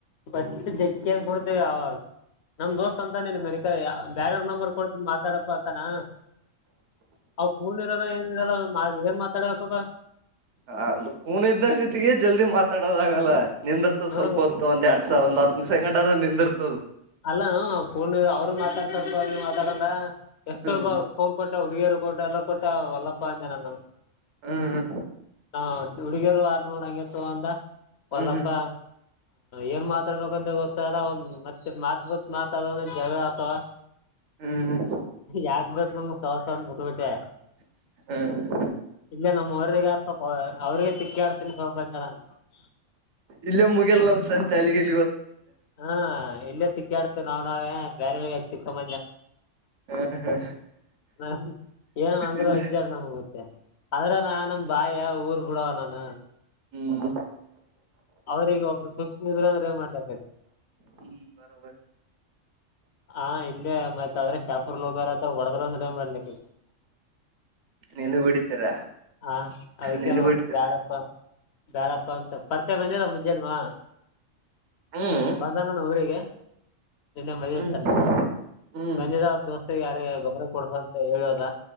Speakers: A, on the left; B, on the right.
A: ಬಚ್ ಜಕ್ಕೆನ್ ಕೂಡ್ತಿವಿ <unintelligible> ನಮ್ ದೋಸ್ತ್ ಅಂತಾನ <unintelligible> ಬೇರಾರ್ ನಂಬರ್ ಕೊಟ್ ಮಾತಾಡಪ್ಪ ಅಂತಾನ. ಅವ ಪೂರ್ನ ಇರಲ್ಲ ಏನಿರಲ್ಲ ಏನ್ ಮಾತಾಡ್ಬೇಕಪ್ಪ.
B: ಹ ಅ ಪೂನ ಇದ್ದ ಜೊತೆಗೆ ಜಲ್ದಿ ಮಾತಾಡೋದ ಆಗಲ್ಲ ನಿಂದಿರ್ತ
A: ಹ್ಮ್
B: ಸ್ವಲ್ಪ ಹೊತ್ತು ಒಂದ್ ಎರಡು. ಒಂದ್ ಸೆಕಂಡ್ ಆರ ನಿಂದ್ <unintelligible>
A: ಅಲ್ಲ ಫೋನ್ ಅವ್ರು <unintelligible> ಮಾತಾಡದ ಎಷ್ಟೊಬ್ಬ
B: ಹ್ಮ್
A: ಫೋನ್ ಕೊಟ್ಟ ಹುಡುಗಿಯರು ಕೊಟ್ಟ ಎಲ್ಲ ಕೊಟ್ಟ ಹೊಲ್ಲಪ್ಪ ಅಂದೆ ನಾನು.
B: ಹ್ಮ್
A: ಹ ಹುಡುಗಿಯರು ಆರ್ ನೋಡ ಹಂಗೆತಂದ ಹೊಲ್ಲಪ್ಪ.
B: ಹ್ಮ್ ಹ್ಮ್
A: ಏನ್ ಮಾತಾಡ್ಬೇಕಂತ ಗೊತ್ತಲ್ಲ ಒ ಮತ್ತೆ ಮಾತ್ ಬಿತ್ ಮಾತಾಡ ಒಂದ ಜಗಳ ಆತವ.
B: ಹ್ಮ್ ಹ್ಮ್
A: ಯಾಗ್ಬೇಕು ನಿಮ್ ಸವಾಸ ಅಂತ್ ಬಿಟ್ಬಿಟ್ಟೆ.
B: ಹ್ಮ
A: ಇಲ್ಲೇ ನಮ್ಮ್ ರಿಗೆ ಸ್ವಲ್ಪ ಅವ್ರಿಗೆ ತಿಕ್ಕಿ ಆಡ್ತೀನಿ ಸ್ವಲ್ಪ <unintelligible>
B: ಇಲ್ಗೆ ಮುಗ್ಯಲ್ಲ ನಮ್ ಸಂತೆ ಅಲ್ಲಿಗಿಲ್-
A: ಹಾ ಇಲ್ಲೇ ಸಿಕ್ಕಾ ಆಡ್ತೇ ನಾವ್ ನಾವೇ ಬೇರವ್ರಿಗ್ಯಾಕ್ ಸಿಕ್ಕ <unintelligible>
B: ಹ ಹ
A: ಹ ಏನ ಅಂದ್ರೂ
B: ಇಲ್ಲ
A: ವಿದ್ಯಾರ್ ನಮ್ ಆದ್ರ ನ ನಾನ ಬಾಯ ಊರ್ ಬಿಡುವ್ ನಾನು.
B: ಹ್ಮ್
A: ಅವ್ರಿಗ ಒಬ್ರು ಸೂಕ್ಷ್ಮ ಇದ್ರೆ ಅಂದ್ರೆ ಮಾಡ್ಲ <unintelligible>
B: ಹ್ಮ್ <inaudible>
A: ಹ ಇಲ್ಲೇ ಮತ್ ಆದ್ರೆ ಶಾಪುರ್ ಲಕರ ಅಥ ಒಡದ್ರ ಅಂದ್ರ <unintelligible> <inaudible>
B: ನಿನಗ ಹೊಡಿತಾರ
A: ಹ ಅದಿಕ್ಕೆನ
B: ನಿನಗ ಹೊಡಿತಾರ
A: ಬ್ಯಾಡಪ್ಪ. ಬ್ಯಾಡಪ್ಪ <unintelligible> <unintelligible>
B: ಹ್ಮ್
A: ಬಧಾನನ ಊರಿಗೆ. ನಿನ್ನೆ ಬಂದಿತ್ತಂತ
B: ಹ್ಮ್ ಹ್ಮ್
A: ಬಂದಿದೆ
B: ಹ್ಮ್
A: ಅವ್ರ ದೋಸ್ತಗ್ ಯಾರ್ ಯಾರ್ ಗೊ ಕೊಡ್ಸಂತ ಹೇಳೋದ